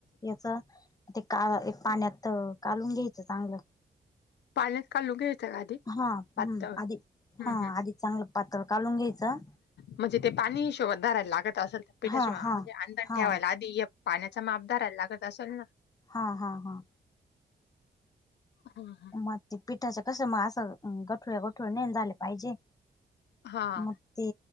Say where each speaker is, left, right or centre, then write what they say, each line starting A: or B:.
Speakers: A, on the left; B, on the left.
A: याच ते का पाण्यात कालून घ्यायचं चांगलं.
B: पाण्यात कालू घ्यायचं ग आधी.
A: हा हम्म
B: पातळ
A: आधी
B: हम्म
A: हा
B: हम्म
A: आधी चांगलं पातळ कालून घ्यायचं.
B: म्हणजे ते पाणी ह शोधारायला लागत असेल तर पिठाच्या
A: हा हा
B: म्हणजे अंंदण
A: हा
B: ठेवायला आधी. पाण्याचा मापदार लागत असेल ना.
A: हा हा हा.
B: हा.
A: मग ते पिठा असं कसं मा असं गठुळ्या गठुळ्या नाही ना झाले पाहिजे
B: हा
A: मग ते